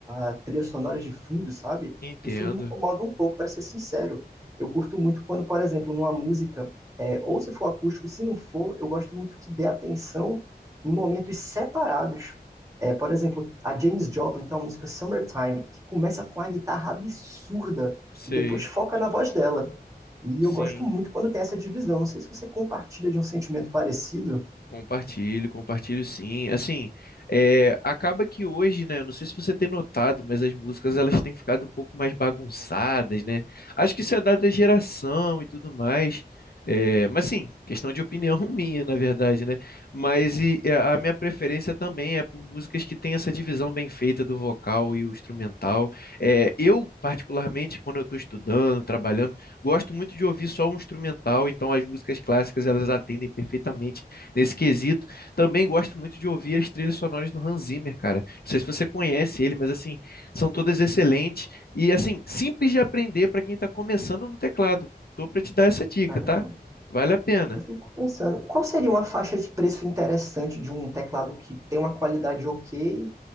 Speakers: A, on the right (about 20°); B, on the left (about 65°).
A: a trilha sonora de fundo, sabe?
B: entendo,
A: Isso me incomoda um pouco, para ser sincero. Eu curto muito quando, por exemplo, numa música, é, ou se for acústico, se não for, eu gosto muito que dê atenção em momentos separados. É, por exemplo, a James Joplin tem uma música Summertime, que começa com a guitarra absurda
B: sei,
A: e depois foca na voz dela. E
B: sim.
A: eu gosto muito quando tem essa divisão. Não sei se você compartilha de um sentimento parecido.
B: Compartilho, compartilho sim. Assim, é, acaba que hoje, né? eu Não sei se você tem notado, mas as músicas elas têm ficado um pouco mais bagunçadas, né? Acho que isso é dado da geração e tudo mais. É, mas sim, questão de opinião <laughs> minha, na verdade, né? Mas e, e a minha preferência também é por músicas que têm essa divisão bem feita do vocal e o instrumental. É, eu, particularmente, quando eu estou estudando, trabalhando, gosto muito de ouvir só o instrumental, então as músicas clássicas elas atendem perfeitamente nesse quesito. Também gosto muito de ouvir as trilhas sonoras do Hans Zimmer, cara. Não sei se você conhece ele, mas assim, são todas excelentes e assim, simples de aprender para quem está começando no teclado. Tô para te dar essa dica,
A: Caramba,
B: tá? Vale a pena.
A: eu fico pensando, qual seria uma faixa de preço interessante de um teclado que tem uma qualidade ok